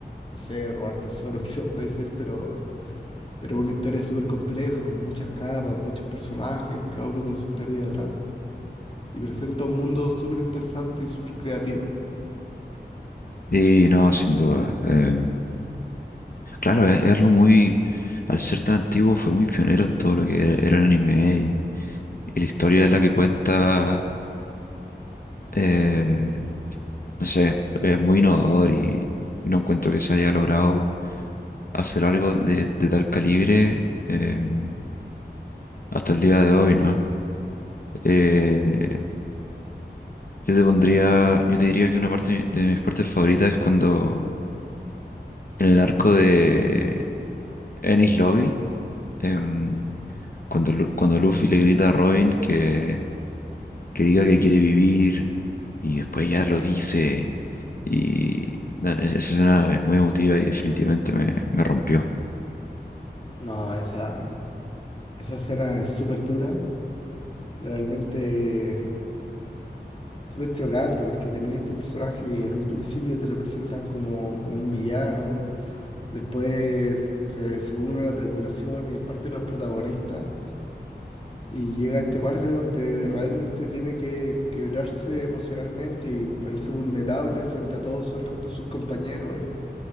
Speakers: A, on the left; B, on the left.
A: no sé, robar tesoros <laughs> quizás puede ser, pero, pero es una historia súper compleja, con muchas capas, muchos personajes, cada uno con su historia de atrás, y presenta un mundo súper interesante y súper creativo.
B: Sí, no, sin duda. Em, claro, es, es algo muy, al ser tan antiguo, fue muy pionero en todo lo que era, era el anime y, y la historia es la que cuenta, eh, no sé, es muy innovador y no encuentro que se haya logrado hacer algo de, de tal calibre em, hasta el día de hoy, ¿no? Eh, yo te pondría, yo te diría que una parte de mi- de mis partes favoritas es cuando en el arco de Enies Lobby, em, cuando, Lu- cuando Luffy le grita a Robin que, que diga que quiere vivir y después ya lo dice. Y nada, es- esa escena es muy emotiva y definitivamente me, me rompió.
A: No, esa, esa escena es súper dura, realmente súper chocante, porque tenía este personaje que en un principio te lo presentan como, como un villano, después se, se une a la tripulación y es parte de los protagonistas, y llega a este parte donde realmente tiene que quebrarse emocionalmente y ponerse vulnerable frente a todos el resto de sus compañeros y